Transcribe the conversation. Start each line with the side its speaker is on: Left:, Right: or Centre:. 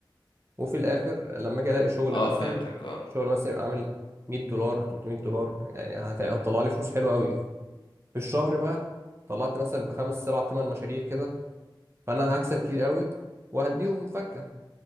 Right: وفي الاخر لما اجي الاقي شغل
Left: اه
Right: مثلا
Left: فهمتك اه
Right: شغل مثلا يبقى عامل 100 دولار 300 دولار يعني هت- هتطلع لي فلوس حلوه قوي في الشهر بقى طلعت مثلا بخمس سبع ثمان مشاريع كده فانا هكسب كتير قوي وهديهم فكه